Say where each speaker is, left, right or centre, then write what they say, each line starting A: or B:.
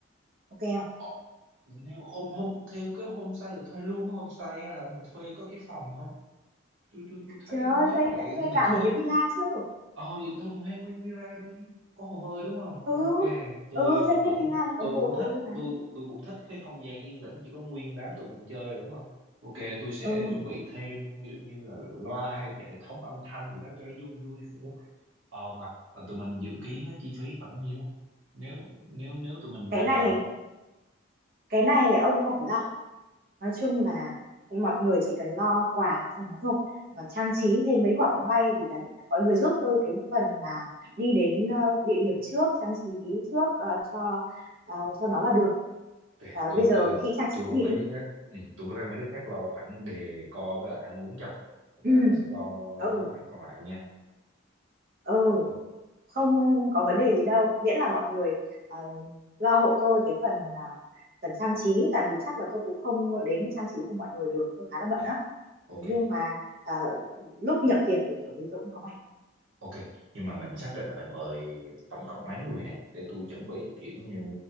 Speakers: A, on the right; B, on the right.
A: ok không
B: Ờ, nếu hôm hôm theo cái homestay thì thuê luôn cái homestay hay là mình thuê có cái phòng thôi tôi tôi tôi thấy
A: trời ơi
B: nếu
A: thuê
B: vậy
A: thuê
B: thì mình
A: cả
B: thuê
A: một cái villa chứ
B: ờ vậy tôi thuê nguyên villa đi có hồ bơi đúng không
A: ừ
B: ok tôi
A: ừ thuê
B: cũng
A: cái villa là có
B: tôi
A: bộ
B: cũng
A: hồ
B: thích
A: bơi mà
B: tôi tôi cũng thích cái không gian yên tĩnh chỉ có nguyên đám tụi mình chơi rồi đúng không Ok, tôi sẽ
A: ừ
B: chuẩn bị thêm kiểu như là loa hay hệ thống âm thanh gì đó cho nó vui vui Ờ mà mà tụi mình dự kiến á, chi phí khoảng nhiêu? Nếu nếu nếu tụi mình
A: cái này
B: làm
A: cái này ông không phải lo nói chung là mọi người chỉ cần lo quà cho nó thôi và trang trí thêm mấy quả bóng bay gì đấy mọi người giúp tôi cái phần mà đi đến ờ, địa điểm trước trang trí trước ờ, cho ờ, cho nó là được
B: Ok,
A: À,
B: tôi
A: bây giờ
B: tôi
A: nghĩ trang
B: tôi
A: trí gì
B: mấy
A: đi
B: đứa khác ừ, tôi với mấy đứa khác lo khoản decor với lại ăn uống cho bà
A: ừ
B: sẽ lo
A: ừ
B: mấy khoản còn lại nha
A: ừ
B: Ô-
A: không, không có vấn đề gì đâu miễn là mọi người ờ, lo hộ tôi cái phần ờ, phần trang trí tại vì chắc là tôi cũng không đến với trang trí của mọi người được tôi khá là bận
B: ô-
A: á
B: ok
A: thế nhưng mà ờ, lúc nhập tiệc thì kiểu gì tôi cũng có mặt
B: ok nhưng mà mình xác định là mình mời tổng cộng mấy người nè để tôi chuẩn bị kiểu như